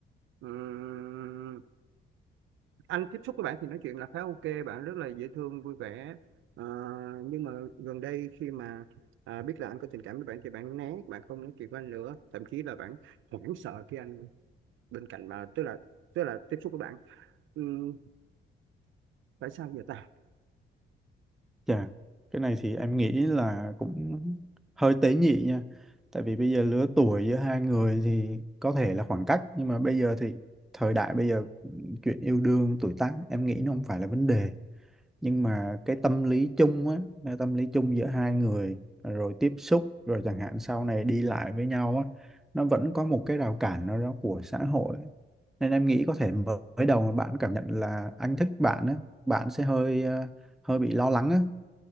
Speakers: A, on the right; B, in the centre.
A: ừm, anh tiếp xúc với bạn thì nói chuyện là khá ok bạn rất là dễ thương vui vẻ Ờ, nhưng mà gần đây khi mà à, biết là anh có tình cảm với bạn thì bạn né bạn không nói chuyện với anh nữa thậm chí là bạn hoảng sợ khi anh bên cạnh bà tức là tức là tiếp xúc với bạn Ừm, tại sao vậy ta
B: Dạ, cái này thì em nghĩ là cũng hơi tế nhị nha. Tại vì bây giờ lứa tuổi giữa hai người thì có thể là khoảng cách, nhưng mà bây giờ thì thời đại bây giờ ừ, chuyện yêu đương, tuổi tác em nghĩ nó không phải là vấn đề. nhưng mà cái tâm lý chung á cái tâm lý chung giữa hai người rồi tiếp xúc rồi chẳng hạn sau này đi lại với nhau á nó vẫn có một cái rào cản nào đó của xã hội nên em nghĩ có thể mới đầu mà bạn cảm nhận là anh thích bạn á bạn sẽ hơi ờ, hơi bị lo lắng á